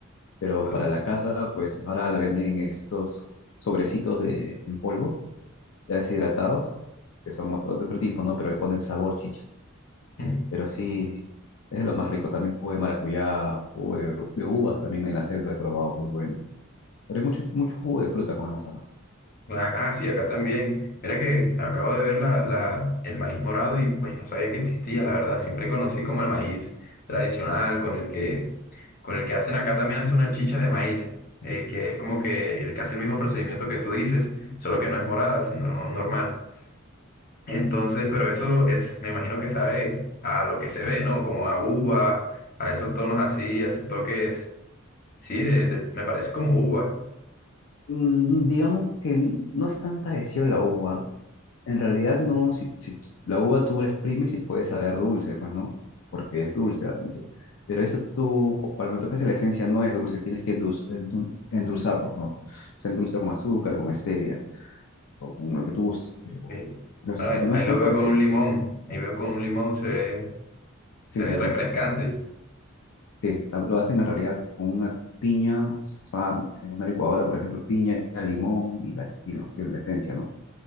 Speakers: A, on the left; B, on the left.
A: pero
B: entonces,
A: para la casa, pues ahora la venden en estos sobrecitos de, en polvo, ya deshidratados, que son otro, de otro tipo, ¿no? Pero le ponen sabor chicha
B: ujú,
A: Pero sí, es lo más rico. También jugo de maracuyá, jugo de, de uvas también en la selva he probado, muy bueno. Pero hay mucho, mucho jugo de fruta comemos acá.
B: Ah, ah, sí, acá también. Mira que acabo de ver la, la- el maíz morado y pues no sabía que existía, la verdad. Siempre conocí como el maíz tradicional con el que, con el que hacen acá también hace una chicha de maíz, eh, que es como que el, casi el mismo procedimiento que tú dices, solo que no es morada, sino normal. Entonces, pero eso es, me imagino que sabe a lo que se ve, ¿no? Como a uva, a esos tonos así, a esos toques, sí, de, de- me parece como uva.
A: Mm, digamos que n- no es tan parecido a la uva. En realidad no, si, si t- la uva tú la exprimes y puede saber dulce, pues no, porque es dulce. ah, mucho. Pero eso tú, o- al momento que hace la esencia no es dulce, tienes que endul- endul- endulzarlo, ¿no? Se endulza con azúcar o con stevia o con lo que tú gustes, pero,
B: Ok.
A: pero
B: Bueno,
A: si no
B: ahí, ahí
A: es tan
B: lo veo
A: parecido.
B: con un limón. Ahí veo con un limón, se ve, se
A: Sí,
B: ve
A: sí,
B: refrescante.
A: sí. Sí, tam- lo hacen en realidad con una piña, o sea, en una licuadora, por ejemplo, piña, limón y la, y lo- y la esencia, ¿no?